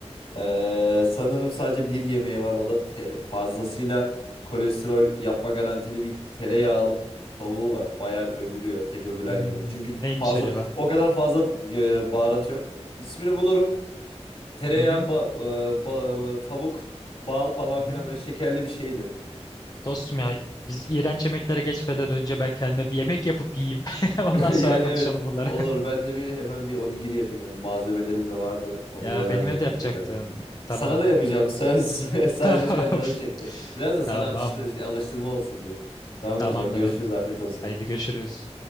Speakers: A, on the left; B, on the left.
A: Eee, sanırım sadece bir yemeği var. O da te- fazlasıyla kolesterol yapma garantili bir tereyağlı tavuğu var. Bayağı övülüyor. Tek övülen
B: Hmm,
A: yemek. Çünkü
B: neymiş
A: fazla
B: acaba?
A: o kadar fazla eee, baharat yok. İsmini bulurum tereyağı,
B: Hı hı,
A: ba- e, ba- e, tavuk, bal falan
B: hı
A: filan
B: hı.
A: böyle şekerli bir şeydi.
B: Dostum ya biz iğrenç yemeklere geçmeden önce ben kendime bir yemek yapıp yiyeyim. <laughs>
A: <laughs>
B: Ondan sonra
A: Yani
B: konuşalım
A: evet
B: bunları.
A: olur. Ben de bir hemen bir onigiri yapayım. Hem malzemelerim de vardı. Onu
B: Ya
A: bir hemen
B: benim
A: yapayım
B: evde yapacaktın.
A: tekrardan.
B: Tamam.
A: Sana da yapacağım. Söz. <laughs> Sadece
B: <laughs> Tamam.
A: şu an canım çekti. Biraz da sana
B: Tamam.
A: atıştı, şey, alıştırma olsun diye. Tamamdır
B: Tamamdır.
A: o zaman görüşürüz. Afiyet olsun.
B: Haydi görüşürüz.